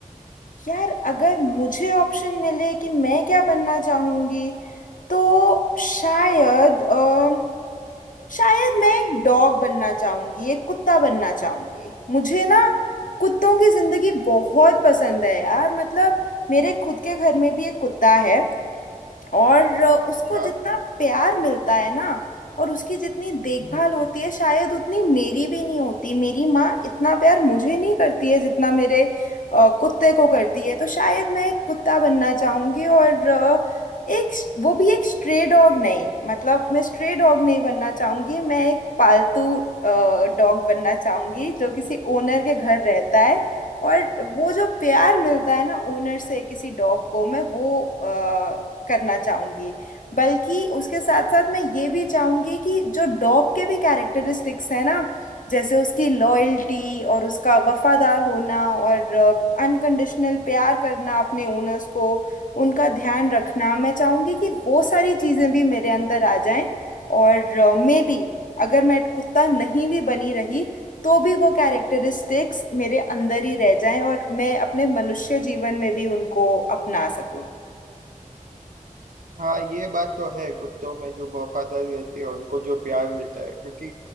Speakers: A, on the left; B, on the right.
A: यार अगर मुझे ऑप्शन मिले कि मैं क्या बनना चाहूंगी तो शायद अ, शायद मैं एक डॉग बनना चाहूंगी एक कुत्ता बनना चाहूंगी मुझे ना कुत्तों की जिंदगी बहुत पसंद है यार मतलब मेरे खुद के घर में भी एक कुत्ता है और अ, उसको
B: क्या
A: जितना प्यार मिलता है ना और उसकी जितनी देखभाल
B: हम्म,
A: होती है शायद उतनी मेरी भी नहीं होती मेरी माँ इतना प्यार मुझे नहीं करती है जितना मेरे अ, कुत्ते को करती है तो शायद मैं एक कुत्ता बनना चाहूंगी और अ, एक वो भी एक स्ट्रे डॉग नहीं मतलब मैं स्ट्रे डॉग नहीं बनना चाहूंगी मैं एक पालतू डॉग बनना चाहूंगी जो किसी ओनर के घर रहता है और वो जो प्यार मिलता है ना ओनर से किसी डॉग को मैं वो अ, करना चाहूंगी बल्कि उसके साथ साथ मैं ये भी चाहूंगी कि जो डॉग के भी कैरेक्टरिस्टिक्स हैं ना जैसे उसकी लॉयल्टी और उसका वफादार होना और अनकंडीशनल प्यार करना अपने ओनर्स को उनका ध्यान रखना मैं चाहूंगी कि वो सारी चीज़ें भी मेरे अंदर आ जाएं और मे बी अगर मैं कुत्ता नहीं भी बनी रही तो भी वो कैरेक्टरिस्टिक्स मेरे अंदर ही रह जाएं और मैं अपने मनुष्य जीवन में भी उनको अपना सकूं
B: हाँ ये बात तो है कुत्तों में जो वफादारी रहती है और उनको जो प्यार मिलता है क्योंकि